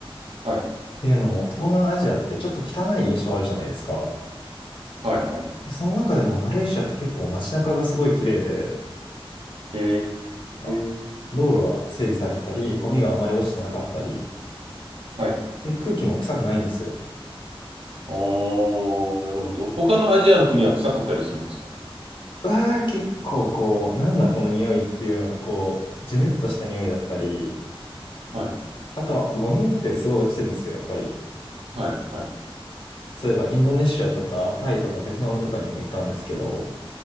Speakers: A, on the right (about 75°); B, on the left (about 60°).
A: はい。
B: っていうのも東南アジアってちょっと汚い印象あるじゃないですか。
A: はい。はい。
B: その中でもマレーシアって結構街中がすごい綺麗で、
A: え
B: なんか
A: ー。
B: 道路が整備されてたり、ゴミがあまり落ちてなかったり、
A: はい。
B: で、空気も臭くないんですよ。
A: あー、なるほど。他のアジアの国は臭かったりするんですか
B: うわー、結構こう、なんだこの匂いっていうような、こう、ジメッとした匂いだったり、
A: はい。
B: あとはゴミってすごい落ちてるんですよ、やっぱり。
A: はい。はい。
B: そういえばインドネシアとかタイとかベトナムとかにも行ったんですけど、